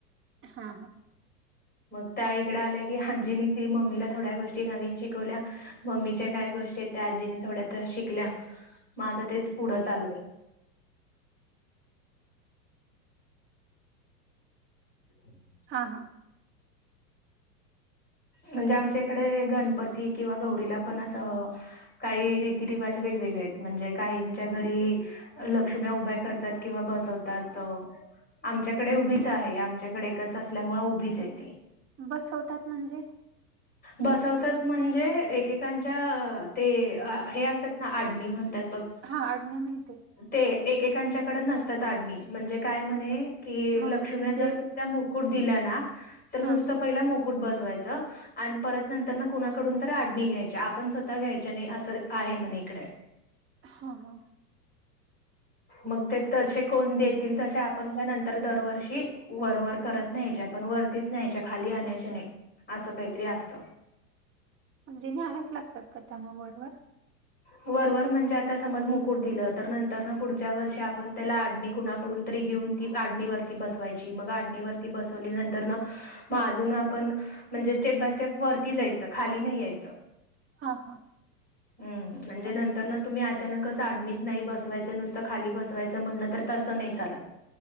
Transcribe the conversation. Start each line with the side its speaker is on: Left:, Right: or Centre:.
Right: हा हा
Left: मग त्या इकडे आल्या की. हाजीनी ती मम्मीला, थोड्या गोष्टी नवीन शिकवल्या. मम्मीच्या काय गोष्टीयत, त्या आजींनी थोड्यातर शिकल्या. म आता तेच पुढं चालूय. <inaudible>
Right: हां, हा.
Left: म्हणजे आमच्या इकडे, गणपती किंवा गौरीला पण असं काही रीतीरिवाज वेगवेगळेयत. म्हणजे काहींच्या घरी लक्ष्म्या उभ्या करतात किंवा बसवतात. आमच्याकडे उभीच आहे. आमच्याकडे एकच असल्यामुळे उभीचय ती.
Right: बसवतात म्हणजे?
Left: बसवतात म्हणजे, एकेकांच्या ते हे असतात ना. आडणी म्हणतात बघ.
Right: हा, आडण्या माहितेय.
Left: ते एकेकांच्याकड नसतात, आडणी. म्हणजे काय म्हणे कि
Right: मग
Left: लक्ष्म्या
Right: म्हणजे
Left: जर त्या मुकुट दिल्या ना. तर
Right: हा
Left: नुसत पहिल मुकुट बसवायच. आन परत नंतर ना, कुणाकडून तर आडणी घ्यायची. आपण स्वतः घ्यायच्या नाही. असं आहे म्हण इकडे.
Right: हा, हा.
Left: मग ते तसे कोण? देतील तश्या, आपण त्यानंतर दरवर्षी वरवर करत न्या. पण वरतीच न्यायच्या. खाली आणायच्या नाही. असं काहीतरी असतं.
Right: म्हणजे न्याहाव्याच लागतात का? त्या मग वरवर.
Left: वरवर म्हणजे आता समज, मुकुट दिलं. तर नंतर ना पुढच्या वर्षी आपण त्याला. आडणी कुणा कडून तरी घेऊन, ती आडणीवरती बसवायची. मग आडणीवरती बसवली नंतरन मग अजून आपण. म्हणजे, स्टेप बाय स्टेप वरती जायचं. खाली नाही यायचं.
Right: हा, हा.
Left: हम्म, म्हणजे
Right: अलमोस्ट
Left: नंतरन तुम्ही अचानकच आडणीच नाय, बसवायचं. नुसतं खाली बसवायचं म्हणलं. तर तसं नाई चालत.